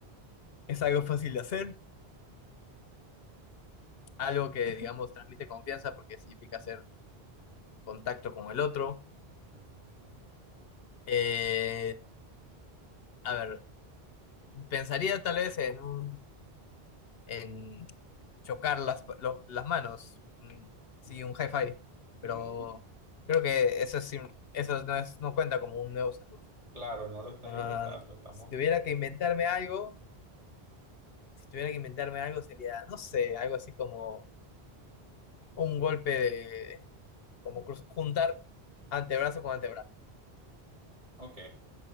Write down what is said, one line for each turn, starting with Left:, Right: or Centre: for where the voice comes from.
Left: es algo fácil de hacer, algo que, <laughs> digamos, transmite confianza porque significa hacer contacto con el otro.
Right: Ujú,
Left: Eh, a ver, pensaría tal vez en un en chocar las, lo- las manos. Mm, Sí,
Right: ya.
Left: un hi-fi.
Right: Mm,
Left: Pero creo que eso, sí- eso no, es, no cuenta como un nuevo saludo.
Right: claro, no lo estás
Left: Ah,
Right: inventando, estamos...
Left: si tuviera que inventarme algo, si tuviera que inventarme algo sería, no sé, algo así como un golpe de, como cruz- juntar antebrazo con antebrazo.
Right: Ok,